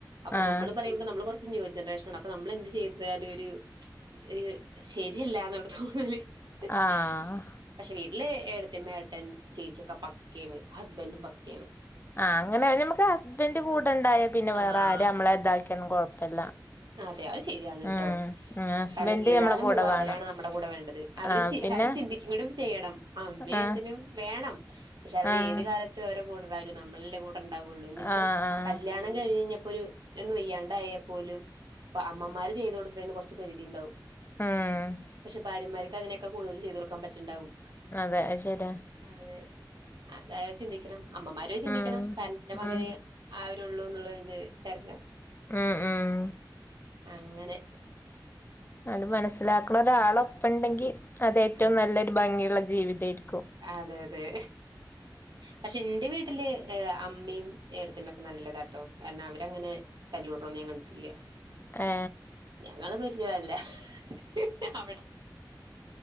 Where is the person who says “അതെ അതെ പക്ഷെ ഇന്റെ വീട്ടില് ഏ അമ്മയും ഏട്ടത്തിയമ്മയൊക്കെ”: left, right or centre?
Right